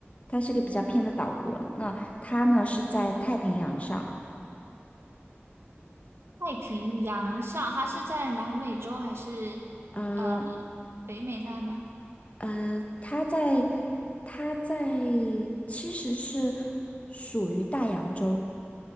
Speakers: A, on the left; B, on the right.
A: 它是个比较偏的岛国。那它呢是在太平洋上，
B: 太平洋上，它是在南美洲还是
A: 呃
B: 呃北美那呢？
A: 呃，它在它在其实是属于大洋洲。